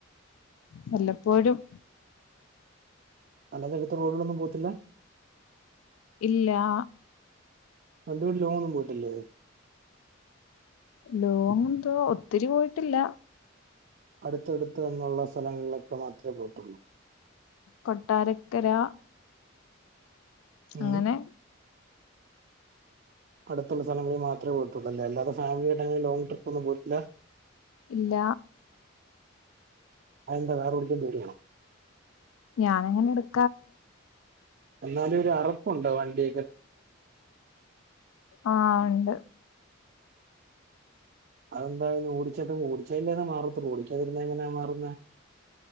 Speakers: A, on the left (about 85°); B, on the right (about 50°).
A: വല്ലപ്പോഴും
B: അല്ലാതെ എടുത്ത് റോഡിലൊന്നും പോവത്തില്ല
A: ഇല്ലാ
B: <unintelligible> ലോങ്ങൊന്നും പോയിട്ടില്ലേ?
A: ലോങ് ന്തോ ഒത്തിരി പോയിട്ടില്ല
B: അടുത്തടുത്ത് എന്നുള്ള സ്ഥലങ്ങളിലൊക്കെ മാത്രേ പോയിട്ടുള്ളൂ
A: കൊട്ടാരക്കര
B: ഉം.
A: അങ്ങനെ
B: അടുത്തുള്ള സ്ഥലങ്ങളിൽ മാത്രമേ പോയിട്ടുള്ളല്ലെ അല്ലാതെ ഫാമിലിയായിട്ടങ്ങനെ ലോങ് ട്രിപ്പൊന്നും പോയിട്ടില്ല
A: ഇല്ല.
B: അതെന്താ കാർ ഓടിക്കാൻ പേടിയാണോ?
A: <unintelligible>
B: എന്നാലും ഒര് അറ് ഉണ്ടോ വണ്ടി
A: ആ ഇണ്ട്
B: അതെന്താ പിന്നെ ഓടിച്ചാത്തെ ഓടിച്ചെയ്ഞ്ഞത് മാറത്തൊള്ളു ഓടിക്കാതിരുന്ന എങ്ങനാ മാറുന്നെ?